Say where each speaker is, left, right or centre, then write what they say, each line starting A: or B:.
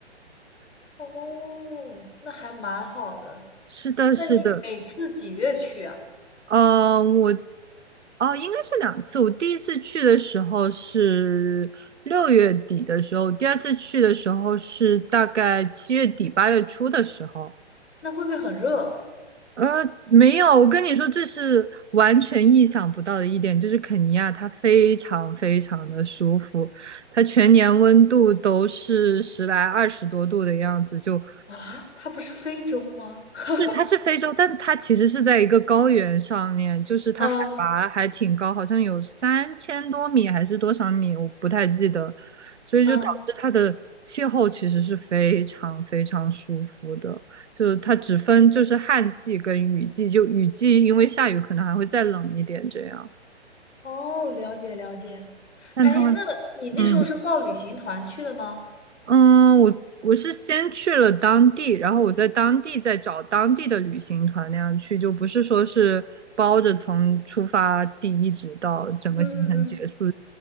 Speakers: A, on the left; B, on the right.
A: 哦，那还蛮好的。
B: 是的，
A: 那你每次几月去啊？
B: 是的，呃，我，哦，应该是两次。我第一次去的时候是六月底的时候，第二次去的时候是大概七月底八月初的时候。
A: 那会不会很热
B: 呃，没有，我跟你说，这是完全意想不到的一点，就是肯尼亚它非常非常的舒服，它全年温度都是十来二十多度的样子，就
A: 啊？它不是非洲吗？<laughs>
B: 是，它是非洲，但它其实是在一个高原上面，就是它海拔还挺高，
A: 嗯
B: 好像有三千多米还是多少米，我不太记得，所以就导致它的气候其实是非常非常舒服的，
A: 嗯，
B: 就是它只分就是旱季跟雨季，就雨季因为下雨可能还会再冷一点这样，
A: 哦，了解了解。
B: 但它
A: 哎，那你那时候是报旅行团去的吗？
B: 嗯嗯，我我是先去了当地，然后我在当地再找当地的旅行团那样去，就不是说是包着从出发地一直到整个行程结束
A: 嗯嗯嗯